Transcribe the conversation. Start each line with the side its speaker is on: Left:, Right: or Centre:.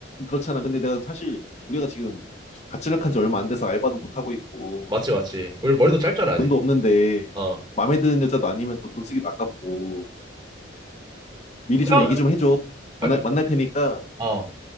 Left: 그렇잖아. 근데 내가 사실 우리가 지금 같이 나간 한지 얼마 안 돼서 알바도 못 하고 있고
Right: 맞지, 맞지. 우리 머리도 짧잖아, 아직.
Left: 돈도 없는데
Right: 어.
Left: 마음에 드는 여자도 아니면 또 돈 쓰기도 아깝고 미리
Right: 그냥,
Left: 좀 얘기 좀 해줘.
Right: 아,
Left: 만날
Right: 그-
Left: 만날 테니까
Right: 어,